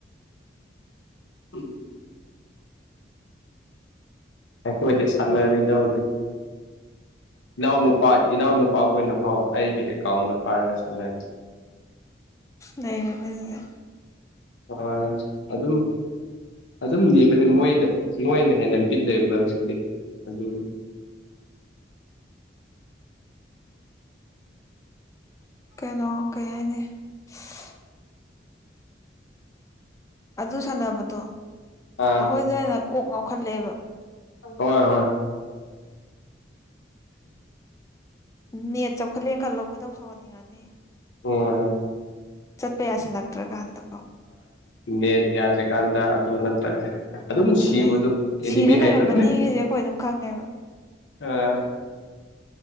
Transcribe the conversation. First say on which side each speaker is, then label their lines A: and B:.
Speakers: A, on the left (about 85°); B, on the left (about 15°).
A: ꯎꯝ ꯑꯈ‌ꯣꯏꯗꯤ ꯁꯥꯟꯅꯔꯤꯗ ꯍꯧꯖꯤꯛ ꯏꯅꯥꯎꯅꯨꯄꯥ ꯏꯅꯥꯎꯅꯨꯄꯥꯈꯣꯏꯅ ꯐꯥꯎ ꯑꯩꯒꯤ ꯑꯦꯀꯥꯎꯟꯗ ꯄꯥꯏꯔꯒ ꯁꯟꯅꯔꯤ <unintelligible>
B: ꯅꯩꯔ‌ꯦꯅ‌ꯦ ꯗꯨꯗꯤ
A: ꯑꯥ ꯑꯗꯨꯝ ꯑꯗꯨꯝ ꯅꯤꯕꯅꯤ ꯃꯣꯏꯗ ꯃꯣꯏꯅ ꯍꯦꯟꯅ ꯕꯤꯠ ꯂꯩꯕꯗꯣ ꯍꯧꯖꯤꯛꯇꯤ ꯑꯗꯨ <unintelligible> <unintelligible>
B: ꯀꯩꯅꯣ ꯀꯩꯥ ꯍꯥꯏꯅꯤ ꯏꯁ ꯑꯗꯨ ꯁꯥꯟꯅꯕꯗꯣ
A: ꯑꯥ
B: ꯑꯩꯈꯣꯏꯗ ꯑꯣꯏꯅ ꯀꯣꯛ ꯉꯥꯎꯈꯠꯂꯛꯑꯦꯕ
A: ꯍꯣꯏ ꯍꯣꯏ
B: ꯅꯦꯠ ꯆꯥꯎꯈꯠꯂꯦ ꯈꯜꯂꯣ ꯈꯣꯏꯗꯧ ꯁꯧꯍꯟꯅꯤꯡꯉꯅꯤ
A: ꯍꯣꯏ ꯍꯣꯏ
B: ꯆꯠꯄ ꯌꯥꯁꯤꯜꯂꯛꯇ꯭ꯔ ꯀ ꯍꯟꯗꯀꯣ
A: ꯅ ꯌꯥꯗꯦ ꯀꯥꯟꯗ ꯑꯗꯨ ꯅꯠꯇ꯭ꯔꯒ ꯑꯗꯨꯝ ꯁꯤꯕꯗꯣ
B: ꯑꯗꯩ
A: ꯑꯦꯅꯤꯃꯤ
B: ꯁꯤꯔ
A: ꯍꯥꯏꯕꯟ
B: ꯂꯩꯔꯝꯃꯅꯤꯒꯁꯦ ꯑꯩꯈꯣꯏ ꯑꯗꯨꯝ ꯈꯪꯉꯦꯕ
A: ꯑꯝ